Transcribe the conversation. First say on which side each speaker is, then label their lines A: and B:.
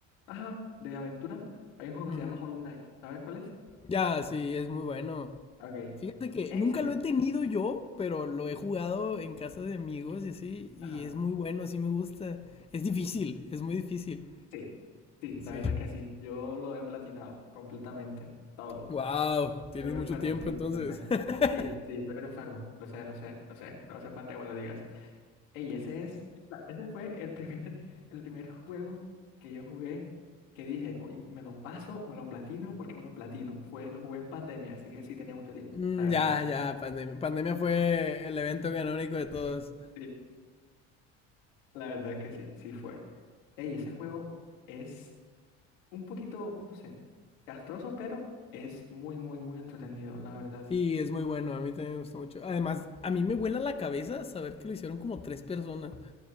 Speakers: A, on the left (about 90°); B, on the left (about 15°).
A: ajá, de aventura, hay un juego
B: Ujú.
A: que se llama Hollow Knight. ¿Sabes cuál es?
B: Ya, sí, es muy bueno.
A: Ok.
B: Fíjate que
A: Ese,
B: nunca lo he tenido yo, pero lo he jugado en casa de amigos y así, y
A: ajá.
B: es muy bueno, sí me gusta. Es difícil, es muy difícil.
A: Sí, sí,
B: Sí.
A: la verdad es que sí. Yo lo he platinado completamente, todo.
B: Wow, tienes
A: Soy un
B: mucho
A: enfermo,
B: tiempo
A: sí,
B: entonces.
A: lo sé.
B: <laughs>
A: Sí, sí, soy un enfermo, lo sé, lo sé, lo sé. No hace falta que me lo digas. Ey, ese es, la- ese fue el primer, <laughs> el primer juego que yo jugué que dije, hoy me lo paso, me lo platino porque me lo platino. Fue, lo jugué en pandemia, así que sí tenía mucho tiempo,
B: Mm,
A: la verdad.
B: ya, ya, pandemia. Pandemia fue el evento canónico de todos.
A: Sí, la verdad es que sí, sí fue. Ey, ese juego es un poquito, no sé, castroso, pero es muy, muy, muy entretenido, la verdad.
B: Sí, es muy bueno, a mí también me gustó mucho. Además, a
A: Sí,
B: mí me vuela la cabeza saber que lo hicieron como tres personas.